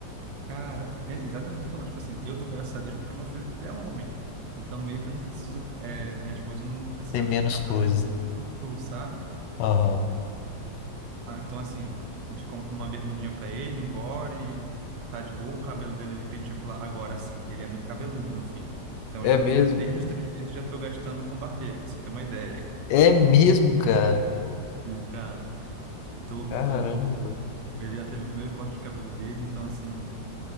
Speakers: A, on the right; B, on the left.
A: Cara, é exatamente o que você falou, tipo assim, eu dou graças a Deus porque meu filho é homem. Então, meio que eu não preciso, é, minha esposa não precisa
B: Tem menos
A: ficar
B: coisas.
A: fazendo frufru, sabe?
B: Aham.
A: Ah, então, assim, a gente compra uma bermudinha pra ele, um body, tá de boa, o cabelo dele ali penteia pro lado. Agora, assim, ele é muito cabeludo, meu filho. Então,
B: É
A: eu já
B: mesmo?
A: tô com... desde os três meses já tô gastando com barbeiro, pra você ter uma ideia. <laughs>
B: É mesmo, cara.
A: E, cara, tô,
B: Caramba.
A: tô... ele já teve o primeiro corte de cabelo dele, então, assim,